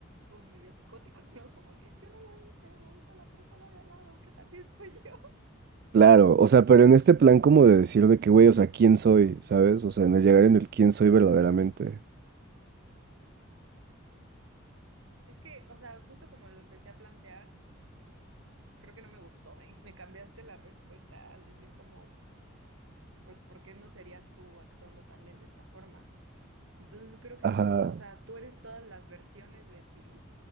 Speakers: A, on the right; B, on the right.
A: como medio psicótico, <laughs> ¿no? Como que yo no lo hice, lo hizo la persona de al lado, que también soy yo.
B: claro, o sea, pero en este plan como de decir de que, güey, o sea, ¿quién soy? ¿Sabes? O sea, en el llegar en el quién soy verdaderamente.
A: Es que, o sea, justo como lo empecé a plantear, creo que no me gustó y me cambiaste la respuesta al decir como, pues, ¿por qué no serías tú actuando también de esta forma? Entonces creo que
B: Ajá.
A: justo, o sea, tú eres todas las versiones de ti,